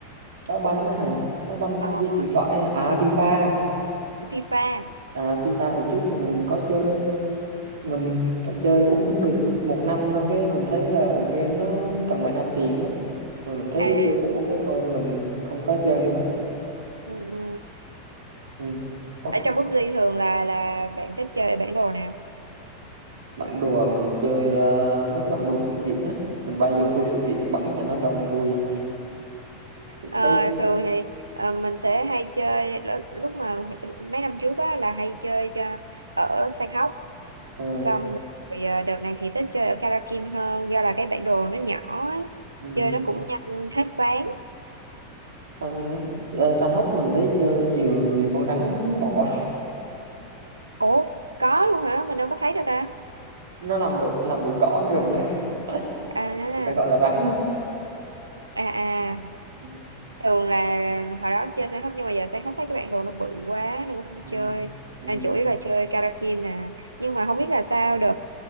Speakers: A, on the right (about 65°); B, on the right (about 80°).
A: đá banh á hả đá banh
B: Ờ
A: trên
B: đúng rồi,
A: điện thoại á. à FIFA
B: FIFA.
A: à FIFA hồi trước thì mình có chơi mình
B: Ừ.
A: phải chơi cũng được một năm xong cái mình thấy là game nó cần phải nạp tiền á mà mình thấy
B: À,
A: vô bổ cái thôi mình không có chơi nữa
B: ừ, ừ.
A: mình có
B: Ở trong PUBG thường là là bạn thích chơi bản đồ nào?
A: bản đồ à, mình chơi ờ, mấy cái bản đồ sự kiện á mình bay vô khu sự kiện bắn cho nó đông vui
B: Ờ,
A: cái
B: thường thì ờ, mình sẽ hay chơi lú- lúc mà mấy năm trước á là hay chơi cho ở Sàn Hóc
A: ờ,
B: xong rồi ờ, đợt này thì thích chơi ở Karakin hơn do là cái bản đồ nó nhỏ ấy.
A: ừ,
B: Chơi nó cũng nhanh hết ván.
A: san, ờ, san hốc mình thấy chơi nhiều nhiều con rắn bò <laughs>
B: Ủa, có luôn hả? Mình đâu có thấy đâu ta.
A: nó nằm nằm bụi cỏ trên rừng á <laughs>
B: À
A: người ta gọi là rắn á.
B: à à
A: ừ.
B: thường là hồi đó chơi sáng khóc nhưng mà giờ sáng khóc thấy các bạn đồ nó bự quá nên cũng không
A: Ừ.
B: chơi
A: Ừ.
B: anh chủ yếu là chơi karaoke nè nhưng mà không biết là sao được